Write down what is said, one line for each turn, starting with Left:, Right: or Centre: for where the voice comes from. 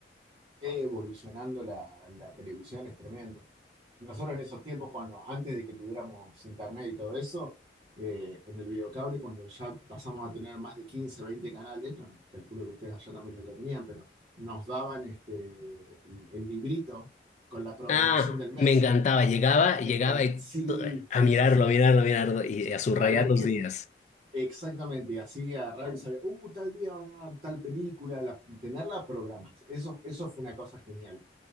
Right: evolucionando la, la televisión es tremendo. Nosotros en esos tiempos, cuando antes de que tuviéramos internet y todo eso, eh, en el videocable, cuando ya pasamos a tener más de 15 20 canales, no, calculo que ustedes allá también lo tenían, pero nos daban este, el, el librito con la programación
Left: Ah,
Right: del mes.
Left: me encantaba. Llegaba, llegaba
Right: Me encanta.
Left: y
Right: Sí,
Left: to-
Right: sí,
Left: a mirarlo,
Right: sí, sí.
Left: a mirarlo, a mirarlo y a subrayar
Right: A ver
Left: los
Right: qué,
Left: días.
Right: Exactamente, y así agarrar y saber, uh, tal día van a dar tal película, la, tenerla programas. Eso, eso fue una cosa genial